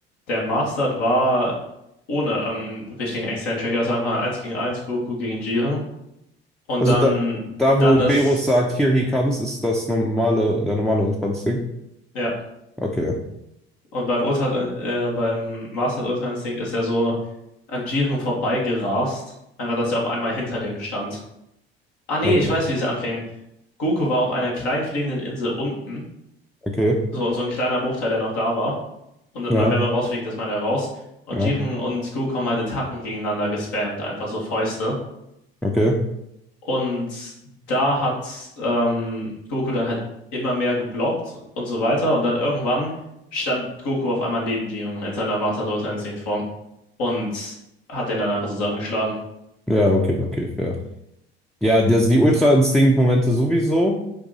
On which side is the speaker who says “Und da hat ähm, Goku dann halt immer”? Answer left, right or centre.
Left